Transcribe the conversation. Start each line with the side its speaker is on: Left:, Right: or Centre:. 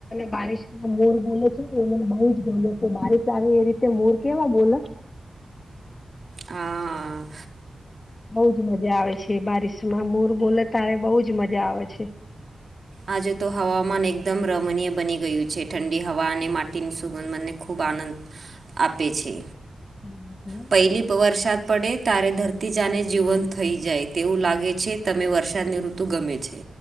Left: બારિશ ના મોર બોલે છે ને એ મને બઉુ જ બોલે છે બારીશ આવે એ રીતે મોર કેવા બોલે
Right: હા.
Left: બઉુજ મજા આવે છે એ બારિશમાં મોર બોલે ત્યારે બહુજ મજા આવે છે.
Right: આજે તો હવામાન એકદમ રમણીય બની ગયું છે ઠંડી હવા અને માટીની સુગંધ મને ખૂબ આનંદ આપે છે
Left: એવું છે.
Right: પહેલી વરસાદ પડે તારે ધરતી જાને જીવંત થઈ જાય તેવું લાગે છે તમે વરસાદની ઋતુ ગમે છે